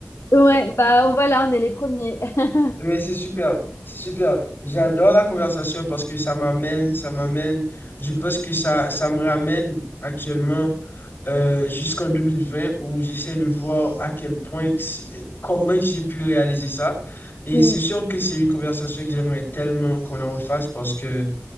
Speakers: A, on the left; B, on the left.
A: Ouais, bah on- voilà, on est les premiers. <laughs>
B: Mais c'est super, c'est super. J'adore la conversation parce que ça m'amène, ça m'amène, je pense que ça, ça me ramène actuellement euh, jusqu'en 2020 où j'essaie de voir à quel point, que c'est- comment j'ai pu réaliser ça. Et
A: Mm.
B: c'est sûr que c'est une conversation que j'aimerais tellement qu'on en refasse parce que